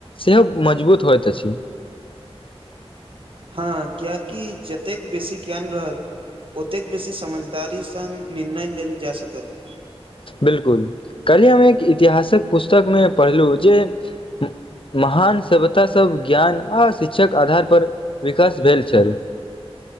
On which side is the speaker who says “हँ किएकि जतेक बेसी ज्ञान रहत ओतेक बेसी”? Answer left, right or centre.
Right